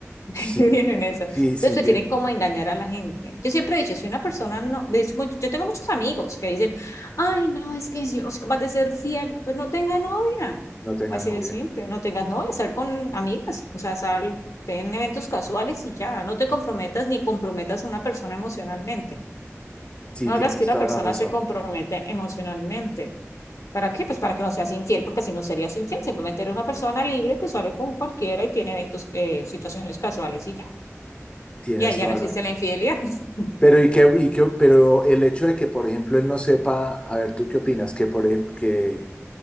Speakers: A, on the left (about 85°); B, on the left (about 20°).
A: <laughs>
B: sí,
A: Vienen eso. Entonces
B: sí, sí,
A: prefieren
B: tien-
A: como engañar a la gente. Yo siempre he dicho, si una persona no, de hecho, mucho- yo tengo muchos amigos que dicen, ay, no, es que yo no soy capaz de ser fiel, pues no tenga novia.
B: no tenga
A: Así
B: novia,
A: de simple, no tengas novia, sal con amigas, o sea, sal en eventos casuales y ya, no te comprometas ni comprometas a una persona emocionalmente.
B: sí,
A: No
B: tienes
A: hagas que una
B: toda
A: persona
B: la razón,
A: se compromete emocionalmente. ¿Para qué? Pues para que no seas infiel, porque si no serías infiel, simplemente eres una persona libre que sale con cualquiera y tiene eventos, eh, situaciones casuales y ya.
B: tienes
A: Ya, ya
B: toda
A: no existe
B: la razón.
A: la infidelidad. <laughs>
B: Pero, y que, y que- pero el hecho de que, por ejemplo, él no sepa, a ver, ¿tú qué opinas? Que, por ejemplo, que